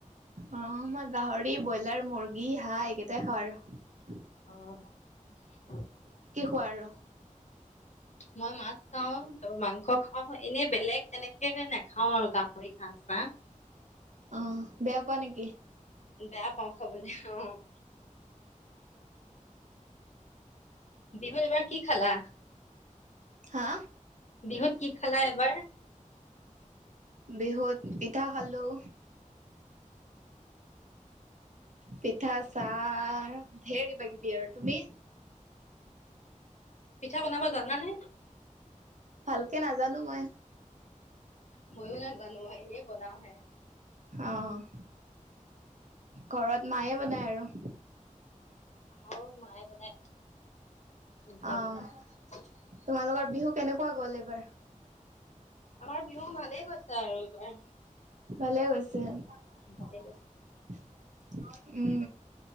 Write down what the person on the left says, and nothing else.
অ'।
মই মাছ খাওঁ, তাৰপা মাংস খাওঁ, এনেই বেলেগ তেনেকে নেখাওঁ আৰু গাহৰি ঘাঁ চাহ
বেয়া পাওঁ খাবলৈ অ', বিহুত এইবাৰ কি খালা?
বিহুত কি খালা এবাৰ?
পিঠা বনাব জানানে?
ময়ো নাজানো এনে বনাওঁ হে।
আমাৰো মায়ে বনাই হে ভণ্টিয়ে
বনাই।
আমাৰ বিহু ভালেই গৈছে আৰু এইবাৰ।
ভালেই গৈছে।